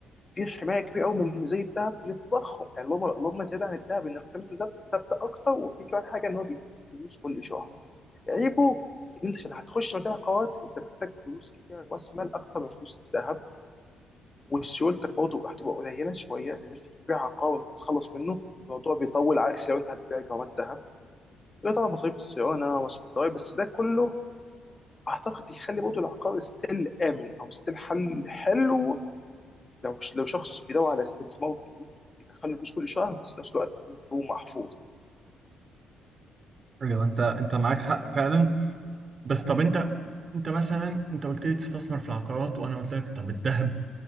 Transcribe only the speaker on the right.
ايوه انت انت معاك حق فعلا بس طب انت انت مثلا انت قلت لي تستثمر في العقارات وانا قلت لك طب الذهب